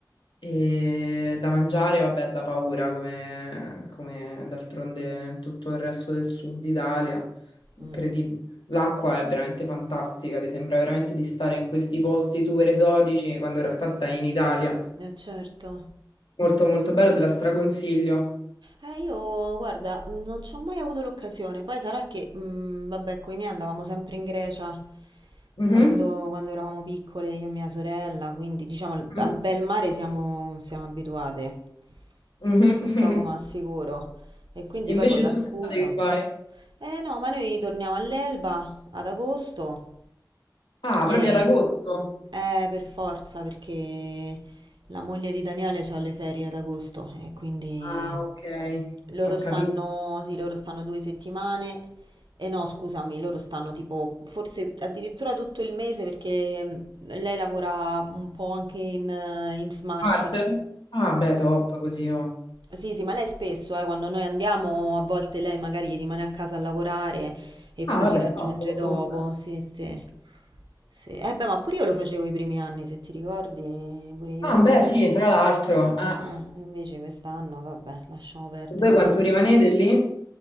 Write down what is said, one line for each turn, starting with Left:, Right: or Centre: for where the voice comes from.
Left: E da mangiare, vabbè, da paura, come, come d'altronde tutto il resto del sud Italia. Incredibile.
Right: Mm.
Left: L'acqua è veramente fantastica, ti sembra veramente di stare in questi posti super esotici quando in realtà stai in Italia.
Right: Eh, certo.
Left: Molto molto bello, te la straconsiglio.
Right: Eh, io guarda, mm, non ci ho mai avuto l'occasione. Poi sarà che, mm, vabbè, con i miei andavamo sempre in Grecia
Left: Mhm.
Right: quando, quando eravamo piccole, io e mia sorella, quindi diciamo al,
Left: Mhm.
Right: al bel
Left: <laughs>
Right: mare siamo, siamo abituate.
Left: Mhm.
Right: Questo è poco ma sicuro. E quindi
Left: Invece
Right: poi con la
Left: tu
Right: scusa.
Left: quest'estate che fai?
Right: Eh no, ma noi torniamo all'Elba ad agosto
Left: Ah,
Right: e
Left: proprio ad agosto.
Right: eh, per forza perché la moglie di Daniele ha le ferie ad agosto e quindi
Left: Ah, ok,
Right: loro
Left: ho
Right: stanno,
Left: capito.
Right: sì, loro stanno due settimane e no, scusami, loro stanno tipo forse addirittura tutto il mese perché mm, lei lavora un po' anche in, eh, in smart.
Left: Marte? Ah, beh, top così. oh.
Right: Sì, sì, ma lei spesso, eh, quando noi andiamo, a volte lei magari rimane a casa a lavorare e poi
Left: Ah, vabbè,
Right: ci raggiunge
Left: top.
Right: dopo. Sì, sì. Sì. Eh beh, ma pure io lo facevo i primi anni, se ti ricordi, pure io
Left: Ah,
Right: stavo.
Left: beh, sì, tra l'altro. ah,
Right: Eh, invece quest'anno, vabbè, lasciamo perdere
Left: E voi quanto
Right: però.
Left: rimanete lì?